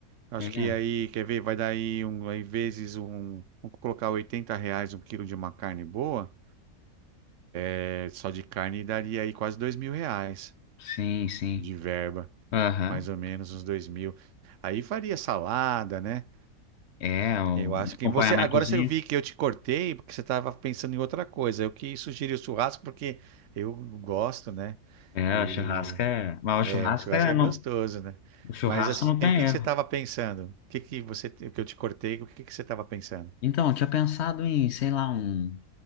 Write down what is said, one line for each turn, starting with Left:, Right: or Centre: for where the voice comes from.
Right: Acho
Left: É,
Right: que aí, quer ver, vai dar aí, um, aí vezes um, vamos colocar 80 reais um quilo de uma carne boa, é, só de carne daria aí quase dois mil reais
Left: sim, sim.
Right: de verba,
Left: Aham.
Right: mais ou menos uns dois mil. Aí faria salada, né?
Left: É, um
Right: Eu acho
Left: acompanhamentozinho.
Right: que você. Agora você vi que eu te cortei porque você estava pensando em outra coisa. Eu que sugeri o churrasco porque eu gosto, né?
Left: É,
Right: E
Left: o churrasco é. Mas
Right: é,
Left: o churrasco
Right: o churrasco
Left: é.
Right: é
Left: Não,
Right: gostoso, né?
Left: o churrasco
Right: Mas assim,
Left: não tem
Right: o que que
Left: erro.
Right: você estava pensando? O que que você, o que eu te cortei? O que que você estava pensando?
Left: Então, eu tinha pensado em, sei lá, um,